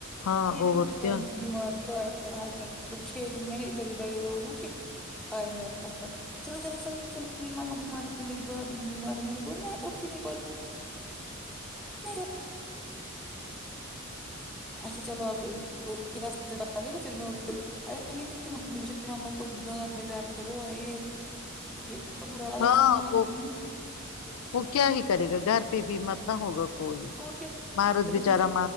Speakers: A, on the left (about 90°); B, in the centre.
A: ہاں
B: بھی
A: اور
B: اس ٹائم
A: کیا
B: بھی بیمار تو آئے میرا ہسبینڈ مطلب چھ دن میں نے ادھر ہی بھرے روزوں کہ آئے میرا چلو چلو چلو میری ماما بیماری میری باب بھی بیماراری ہے میں نے بول میں اٹھی نہیں پ رہ اچھا چلو آپ رتے باہ توھر میں اے مے ماما کو دانت میں در وہ ہے یہ مجھے اتنا برا لگا
A: ہاں
B: اس نے منگان
A: وہ وہ کیا ہی کرے گا گھر پہ بھی مت نہ ہوگا کوئی
B: اور کیا
A: مارت
B: پھر
A: بیچارا
B: اس نے